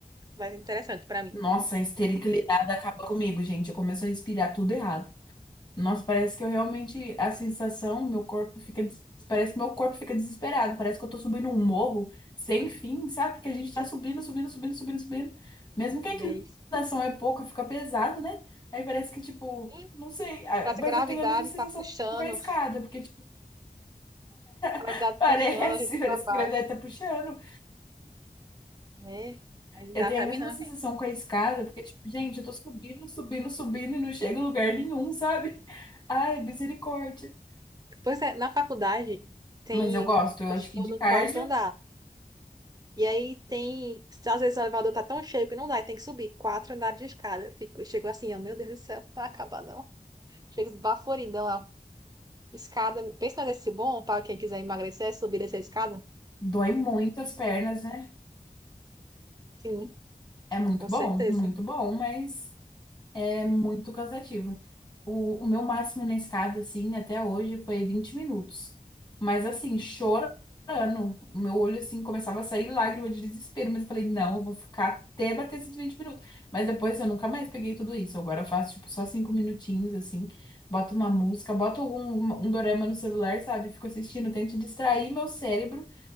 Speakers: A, on the right; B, on the left.
A: mais interessante para mim.
B: Nossa, a esteira inclinada acaba comigo, gente. Eu começo a respirar tudo errado. Nossa, parece que eu realmente, a sensação, meu corpo fica, des- parece que meu corpo fica desesperado, parece que eu tô subindo um morro sem fim, sabe? Porque a gente tá subindo, subindo, subindo, subindo, subindo. Mesmo que
A: Não
B: a inclinação
A: é isso?
B: é pouca, fica pesado, né? Aí parece que, tipo,
A: Sim,
B: não sei, ah,
A: Parece
B: mas
A: a gravidade
B: eu tenho a mesma sensação
A: tá puxando,
B: com a escada, porque, tipo,
A: a
B: <laughs>
A: gravidade
B: parece,
A: puxando a gente
B: parece
A: para baixo.
B: que a gravidade tá puxando.
A: É, aí não
B: Eu
A: dá
B: tenho
A: para
B: a mesma
A: mim não,
B: sensação com a escada, porque, tipo, gente, eu tô subindo, subindo, subindo e não chego em lugar nenhum, sabe? Ai, misericórdia.
A: Pois é, na faculdade tem.
B: Mas eu gosto, eu
A: Eu
B: acho
A: estou
B: que de
A: no
B: cardio.
A: quarto andar. E aí tem. se Às vezes o elevador tá tão cheio que não dá, e tem que subir quatro andares de escada. Eu fico, eu chego assim, ó, meu Deus do céu, não vai acabar não. Chego esbaforida lá. Escada, pensa nesse bom para quem quiser emagrecer, é subir essa escada?
B: Dói muito as pernas, né?
A: Sim,
B: É muito
A: com certeza.
B: bom, muito bom, mas é muito cansativo. O, o meu máximo na escada, assim, até hoje foi 20 minutos. Mas, assim, chorando, o meu olho, assim, começava a sair lágrima de desespero. Mas eu falei, não, eu vou ficar até bater esses 20 minutos. Mas depois eu nunca mais peguei tudo isso. Agora eu faço, tipo, só cinco minutinhos, assim, boto uma música, boto um, um dorama no celular, sabe? Fico assistindo, tento distrair meu cérebro